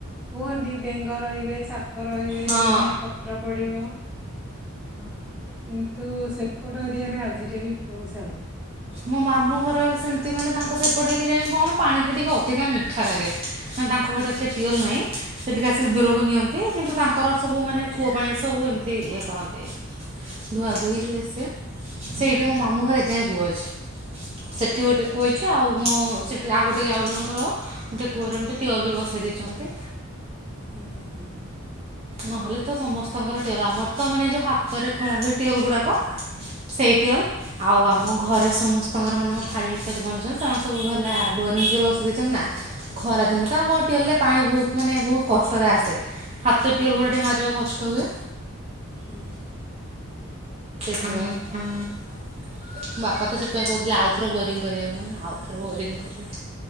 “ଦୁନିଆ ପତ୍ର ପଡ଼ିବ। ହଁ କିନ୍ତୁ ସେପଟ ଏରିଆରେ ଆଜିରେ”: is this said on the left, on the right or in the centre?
Centre